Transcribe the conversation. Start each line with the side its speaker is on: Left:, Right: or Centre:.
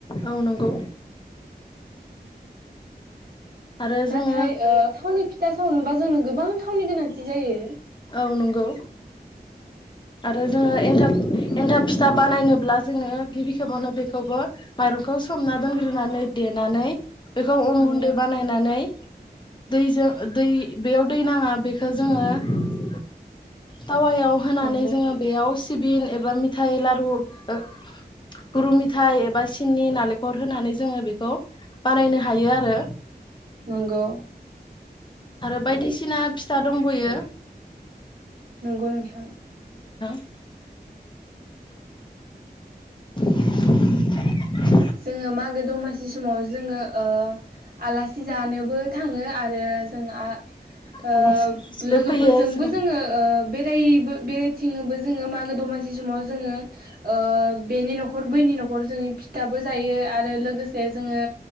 Left: औ नंगौ। आरो जोङो
Right: नाथाय ओ थावनि फि फिथा सावनोबा जोंनो गोबां थावनि गोनांथि जायो।
Left: औ नंगौ आरो जोङो एन्थाब एन्थाब फिथा बानायनोब्ला जोङो गिबि खेबावनो बेखौबो माइरंखौ सोमना दोनग्रोनानै देनानै बेखौ अन
Right: नंगौ
Left: गुन्दै बानायनानै दैजों दै बेयाव दै नाङा बेखो जोङो तावायाव होनानै
Right: नंगौ।
Left: जोङो बेयाव सि बिं एबा मिथाइ लारु ओ गुरु मिथाइ एबा सि सिनि नालेंखर होनानै जोङो बेखौ बानायनो हायो आरो।
Right: नंगौ
Left: आरो बायदिसिना फिथा दंबैयो।
Right: नंगौ नोंथां।
Left: <unintelligible> <inaudible>
Right: जोङो मागो दमासि समाव जोङो ओ आलासि जानोबो थाङो आरो जों आ ओ
Left: आलासि उलासिबो
Right: लोगोफोरजोंबो
Left: फैयो जों
Right: जोङो ओ बेरायबो बेरायथिङोबो जोङो मागो-दमासि समाव जोङो। ओ बेनि न'खर बैनि न'खर जोंनि थाबो जायो आरो लोगोसे जोङो